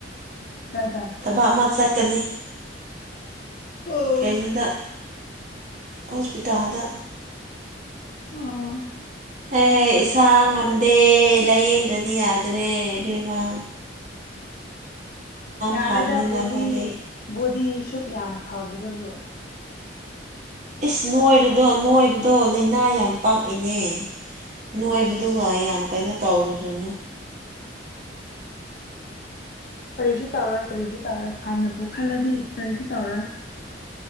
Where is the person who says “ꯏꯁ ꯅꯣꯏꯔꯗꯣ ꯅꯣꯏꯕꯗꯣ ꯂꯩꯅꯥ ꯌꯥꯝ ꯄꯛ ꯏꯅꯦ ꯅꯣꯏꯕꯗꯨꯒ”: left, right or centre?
Right